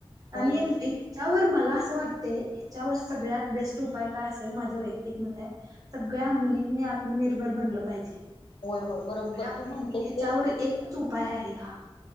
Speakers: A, on the left; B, on the right.
A: होय
B: आणि
A: ग.
B: याच्यावर मला असं वाट ते हच्यावर सगळ्यात बेस्ट उपाय काय असेल माझं वैयक्तिक मत आहे सगळ्या मुलींनी आत्मनिर्भर बनलं पाहिजे.
A: होय होय बरोबर
B: याच्यावर
A: तू म्हणतेस ते
B: एकच उपाय आहे हा